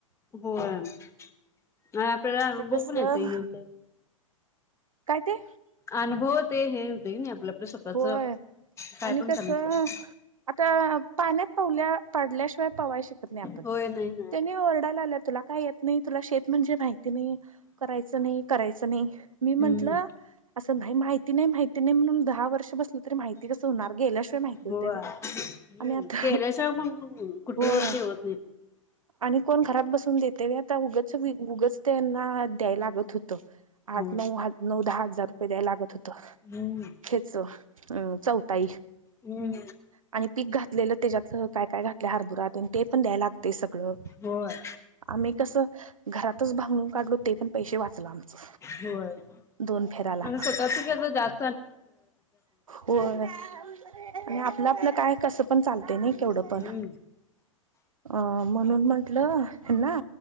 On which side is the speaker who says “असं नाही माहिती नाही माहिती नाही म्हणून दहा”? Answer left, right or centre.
Right